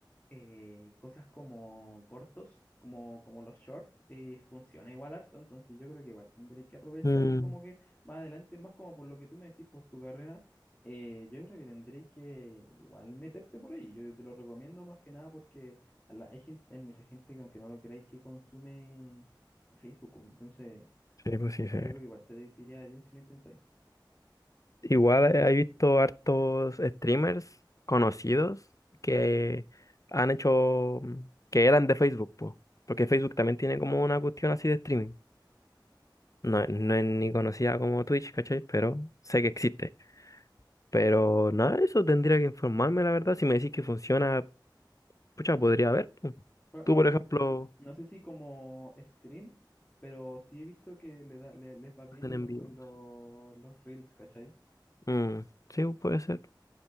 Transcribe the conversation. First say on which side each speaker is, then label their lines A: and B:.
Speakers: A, on the left (about 20°); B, on the left (about 45°).
A: eh, cosas como cortos, como, como los shorts, eh, funciona igual harto, entonces yo creo que igual tendré que aprovechar
B: Mm,
A: como que más adelante, más como por lo que tú me decís, pues tu carrera, eh, yo creo que tendréis que igual meterte por ahí, yo te lo recomiendo más que nada porque a la- hay gente, hay mucha gente que aunque no lo creáis que consume Facebook, pues, entonces
B: sí,
A: mm,
B: pues
A: yo
B: sí, sí.
A: creo que igual te, te iría bien si lo intentáis.
B: Igual he he visto hartos streamers conocidos que han hecho, mm, que eran de Facebook, po, porque Facebook también tiene como una cuestión así de streaming. No, no es ni conocida como Twitch, ¿cachai? Pero sé que existe. Pero nada, eso tendría que informarme, la verdad. Si me decís que funciona, pucha, podría ver. pu.
A: Bueno,
B: Tú,
A: No
B: por
A: sé,
B: ejemplo,
A: no sé si como stream, pero sí he visto que le da, le- les va bien
B: hacen
A: en
B: en
A: los,
B: vivo.
A: en los, los reels, ¿cachai?
B: Mm, sí, puede ser.